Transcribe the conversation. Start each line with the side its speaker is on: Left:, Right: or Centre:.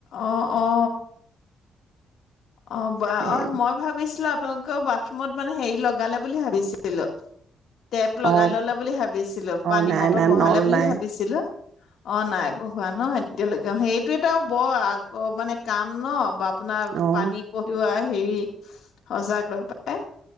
Left: অ অ অ
Right: সেই
Left: অ মই ভাবিছিলো লোকৰ বাথৰুমত মানে হেৰি লগালে বুলি ভাবিছিলো। টেপ লগাই
Right: অ'
Left: ললে বুলি ভাবিছিলো
Right: অ'
Left: পানী
Right: নাই
Left: মটৰ
Right: নাই
Left: বহালে
Right: নল
Left: বুলি
Right: নাই
Left: ভাবিছিলো অ নাই বহোৱা ন এতিয়ালৈকে অ সেইটো এটা বৰ আকৌ মানে কাম ন আপোনাৰ
Right: অ'।
Left: পানী কঢ়িওৱাই। হেৰি সচাকৈ পাই।